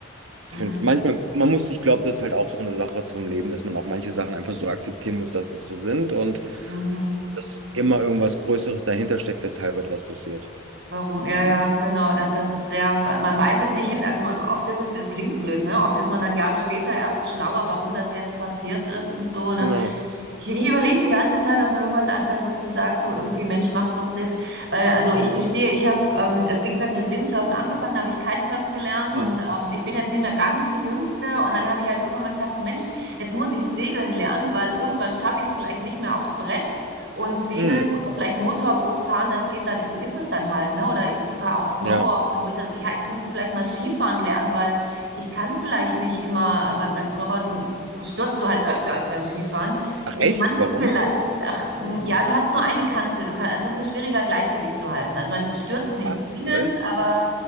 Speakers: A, on the right; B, on the right.
A: Mhm.
B: ich finde, manchmal, man muss, ich glaube, das ist halt auch so eine Sache zum Leben, dass man auch manche Sachen einfach so akzeptieren muss, dass sie so sind und
A: Mhm.
B: dass immer irgendwas Größeres dahinter steckt, weshalb etwas passiert.
A: Warum? Ja, ja, genau. Das, das ist sehr, man weiß es nicht hin. Also man- oft ist es, das klingt so blöd, ne? Oft ist man dann Jahre später erst schlauer, warum das jetzt passiert ist und so, ne?
B: Genau.
A: Ich, ich überlege die ganze Zeit, ob mir irgendwas einfällt, wo ich so sage, so irgendwie, Mensch, mach doch das. Weil, also ich gestehe, ich habe, ähm, also wie gesagt, mit Windsurfen angefangen, habe ich Kitesurfen gelernt
B: Mhm.
A: und ähm, ich bin jetzt nicht mehr ganz die Jüngste. Und dann habe ich halt irgendwann mal gesagt, so Mensch, jetzt muss ich segeln lernen, weil irgendwann schaffe ich es vielleicht nicht mehr aufs Brett. Und segeln
B: Mhm.
A: oder vielleicht Motorboot fahren, das geht dann, so ist es dann halt, ne? Oder ich fahre auch Snowboard
B: Ja.
A: und wo ich dann, ja, jetzt muss ich vielleicht mal Skifahren lernen, weil ich kann vielleicht nicht immer, äh, beim, beim Snowboarden stürzt du halt öfter als beim Skifahren.
B: Ach
A: Ich
B: echt?
A: kann
B: Warum?
A: vielleicht, ach, m, ja, du hast nur eine Kante. Du kannst, also es ist schwieriger, Gleichgewicht zu halten. Also man stürzt nicht
B: Ach,
A: zwingend,
B: okay.
A: aber